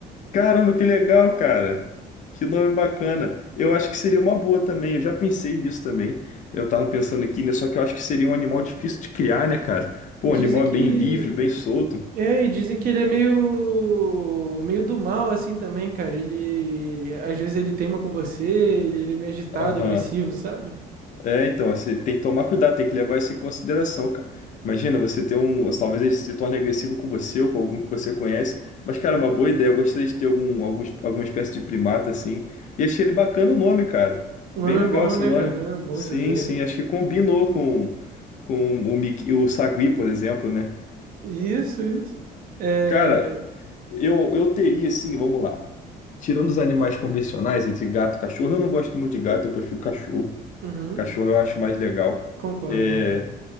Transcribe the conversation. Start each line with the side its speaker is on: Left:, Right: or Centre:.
Left: Caramba, que legal, cara. Que nome bacana. Eu acho que seria uma boa também. Eu já pensei nisso também. Eu tava pensando aqui, né? Só que eu acho que seria um animal difícil de criar, né, cara? Pô,
Right: Dizem
Left: o animal é
Right: que
Left: bem livre, bem solto.
Right: É, e dizem que ele é meio meio do mal assim também, cara. Ele às vezes ele teima com você, ele, ele é meio agitado,
Left: Aham.
Right: agressivo, sabe?
Left: É, então, você tem que tomar cuidado, tem que levar isso em consideração, cara. Imagina, você ter um. Talvez ele se torne agressivo com você ou com algum que você conhece. Mas, cara, é uma boa ideia. Eu gostaria de ter algum, algum, alguma espécie de primata, assim. E achei ele bacana o nome, cara.
Right: O
Left: Bem
Right: nome
Left: legal
Right: é bom,
Left: esse
Right: né,
Left: nome.
Right: cara? O nome é bom,
Left: Sim,
Right: José.
Left: sim, acho que combinou com, com o, Miki, o Sagui, por exemplo, né?
Right: Isso, isso. É...
Left: Cara, eu, eu teria, assim, vamos lá. Tirando os animais convencionais, entre gato e cachorro, eu não gosto muito de gato, eu prefiro cachorro.
Right: Uhum,
Left: Cachorro eu acho mais legal.
Right: concordo,
Left: É.
Right: concordo.